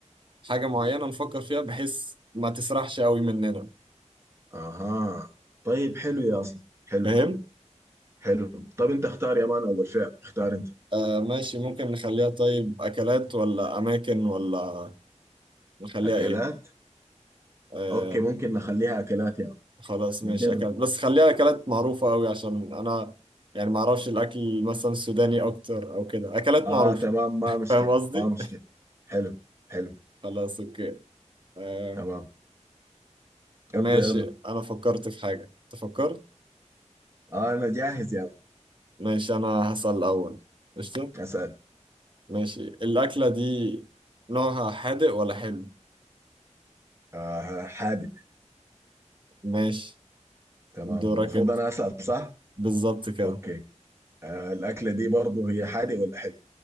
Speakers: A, on the right (about 40°); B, on the right (about 20°).
A: حاجة معينة نفكر فيها بحيث ما تسرحش قوي مننا
B: اها طيب حلو يا اصلا حلو
A: فاهم
B: حلو طب انت اختار يا مان اول فعل اختار انت
A: آه ماشي ممكن نخليها طيب اكلات ولا اماكن ولا نخليها
B: اكلات
A: ايه آه،
B: اوكي ممكن نخليها اكلات يا
A: خلاص
B: مان
A: ماشي
B: نجرب
A: اكلت بس خليها اكلات معروفة قوي عشان انا يعني ما اعرفش الاكل مثلا السوداني اكتر او كده اكلات
B: اه
A: معروفة
B: تمام ما مشكلة
A: فاهم قصدي
B: ما مشكلة حلو حلو
A: <laughs> خلاص اوكي آه
B: تمام
A: ماشي
B: ابدأ يلا
A: انا فكرت في حاجة انت فكرت
B: آه انا جاهز يا يعني.
A: ماشي انا هسأل الاول قشطة
B: اسأل
A: ماشي الاكلة دي نوعها حادق ولا حلو
B: آه حادق
A: ماشي
B: تمام
A: دورك
B: المفروض
A: انت
B: انا اسأل صح
A: بالظبط كده
B: اوكي آه الاكلة دي برضو هي حادق ولا حلو